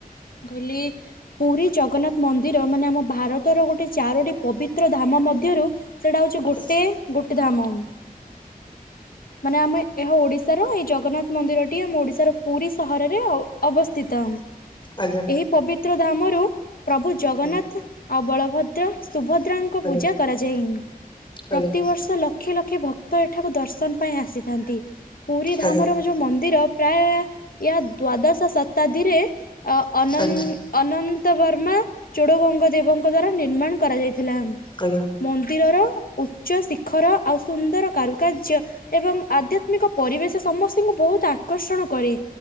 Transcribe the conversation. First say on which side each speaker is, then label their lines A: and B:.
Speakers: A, on the left; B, on the left.
A: ମୁଁ କହିଲି ପୁରି ଜଗନ୍ନାଥ ମନ୍ଦିର ମାନେ ଆମ ଭାରତର ଗୋଟେ ଚାରୋଟି ପବିତ୍ର ଧାମ ମଧ୍ୟରୁ ସେଇଟା ହୋଉଚି ଗୋଟେ
B: ଆଜ୍ଞା
A: ଗୋଟେ ଧାମ। ମାନେ ଆମେ ଏହା ଓଡିଶାର ଏଇ ଜଗନ୍ନାଥ ମନ୍ଦିରଟି ଆମ ଓଡିଶାର ପୁରି ସହରରେ ଅ-ଅବସ୍ଥିତ।
B: ଆଜ୍ଞା।
A: ଏହି ପବିତ୍ର ଧାମରୁ ପ୍ରଭୁ ଜଗନ୍ନାଥ୍
B: ହଁ
A: ଆଉ ବଳ ଭଦ୍ର ସୁଭଦ୍ରାଙ୍କୁ
B: ଆଜ୍ଞା
A: ପୂଜା କରାଯାଏଁ।
B: ଆଜ୍ଞା
A: ପ୍ରତିବର୍ଷ ଲ କ୍ଷେ ଲକ୍ଷେ ଭକ୍ତ ଏଠାକୁ ଦର୍ଶନ ପାଇଁ ଆସିି ଥାନ୍ତି ପୁରି ଧାମର
B: ଆଜ୍ଞା
A: ଏ ଯୋଉ ମନ୍ଦିର ପ୍ରାୟେ ଏହା ଦ୍ଵାଦଶ ଶତାବ୍ଦୀରେ ଅ-ଅ
B: ଆଜ୍ଞା
A: ଅନନ୍ତ ବର୍ମା ଚୋଡଗଙ୍ଗ ଦେବଙ୍କ ଦ୍ଵାରା ନିର୍ମାଣ କରାଯାଇଥିଲା।
B: ଆଜ୍ଞା
A: ମନ୍ଦିରର ଉଚ୍ଚ ଶିଖର ଆଉ ସୁନ୍ଦର କାରୁକାର୍ଯ୍ୟ ଏବଂ ଆଧ୍ୟାତ୍ମିକ ପରିବେଶ ସମସ୍ତଙ୍କୁ ବୋହୁତ ଆକର୍ଷଣ କରେ।